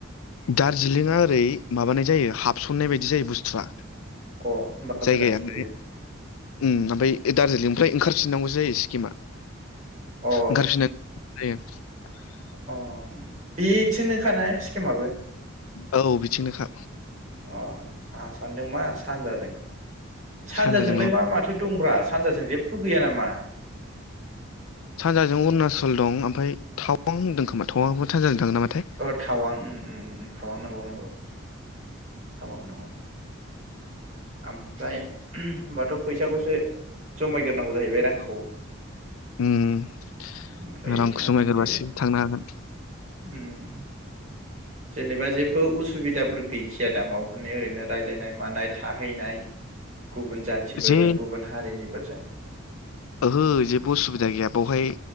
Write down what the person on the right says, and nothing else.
अ होमबा
गोजानसिन बेयो
अ
अ बि थिंनो खा ने स्किमाबो अ।
आंहा सानदों मा सानजाजों। सानजाजोंलाय
मा माथो दंब्रा सानजाजों जेबो गैया नामा?
औ थावां ओं ओं ओं। औ नंगौ नंगौ। थावां दङ। ओमफ्राय <unintelligible> होनबाथ' फैसाखौसो जमायग्रोनांगौ जाहैबाय रांखौ।
ओमफ्राय
थांदो
उम जेनेबा जेबो उसुबिदाफोर गैखायादा माबाफोरनि ओरैनो रायलायनाय मानाय थाहैनाय गुबुन जाथिफोरजों
गुबुन हारिनिफोरजों